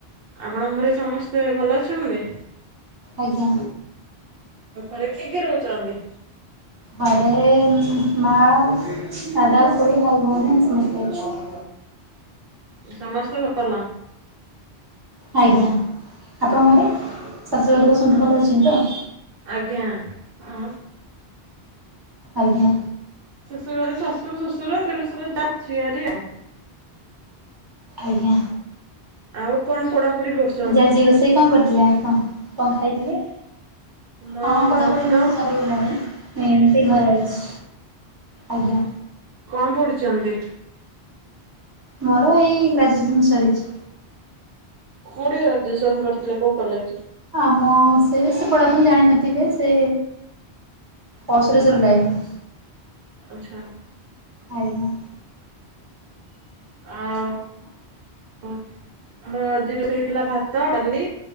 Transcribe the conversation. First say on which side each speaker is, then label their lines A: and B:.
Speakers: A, on the right; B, on the right.
A: ଆପଣଙ୍କ ଘରେ ସମସ୍ତେ ଭଲ ଅଛନ୍ତି।
B: ଆଜ୍ଞା।
A: ଆଉ ଫରେ କି କି ରହୁଛନ୍ତି?
B: ଅରେ ମା, ଦାଦା, ଖୋଡ଼ି, ଭାଇ, ଭଉଣୀ ସମସ୍ତେଛୁ। <inaudible>
A: ସମସ୍ତେ ଭଲ।
B: ଆଜ୍ଞା ଆପଣଙ୍କ ଘରେ। ଶାଶୁ ହର ଲୋକ ସମସ୍ତେ
A: ଆମ
B: ଭଲ ଅଛନ୍ତି ତ।
A: ଆଜ୍ଞା। ହଁ
B: ଆଜ୍ଞା।
A: ଶ୍ୱଶୁର ଘରେ ଶାଶୁ ଆଉ ଶ୍ୱଶୁର, ଦେଢଶୁର ଆ ଜିଆରି ଆଉ।
B: ଆଜ୍ଞା।
A: ଆଉ କଣ ପଢାପଡିି କରୁ
B: ଆଜି ଆଜି ରୋଷେଇ କଣ କରିଥିଲେ ଆଉ କଣ କଣ ଖାଇଥିଲେ?
A: ମା
B: ହଁ ପଢ଼ାପଢ଼ି
A: ଭାତ
B: ମୋର ତ ଚା ଗଲାଣିଁ ଏମତି ଘରେ ଅଛି ଆଜ୍ଞା।
A: କଣ ପଢୁଛନ୍ତି?
B: ମୋର ଏଇ ଗ୍ରାଜୁଏସନ୍ ସରିଛି।
A: କୋଉଠି ଗ୍ରାଜୁଏସନ୍ କରିଥିଲେ କୋଉ କଲେଜ ରୁ?
B: ଆମ ସେ ସେପଟେ ଆପଣ ଜାଣିନଥିବେ ସେ ଅଔସୁରେଶର ଲାଇନି।
A: ଆଚ୍ଛା।
B: ଆଜ୍ଞା।
A: ଆଉ ହ। ଆମର ଆଜି ରୋସେଇ ହେଇଥିଲା ଭାତ, ଡାଲି